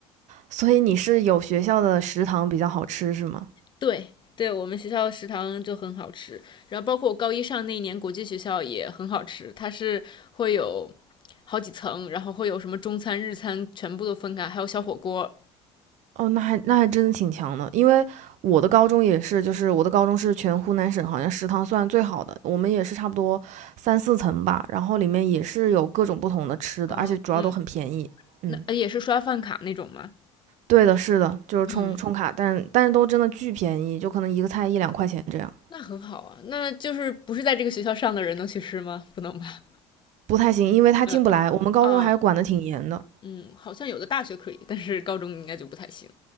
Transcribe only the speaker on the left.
对对，我们学校食堂就很好吃，然后包括我高一上那一年国际学校也很好吃，它是会有好几层，然后会有什么中餐、日餐全部都分开，还有小火锅。
嗯嗯，
那呃也是刷饭卡那种吗？
嗯，
那很好啊，那就是不是在这个学校上的人能去吃吗？不能吧？
嗯
啊嗯，好像有的大学可以，但是高中应该就不太行。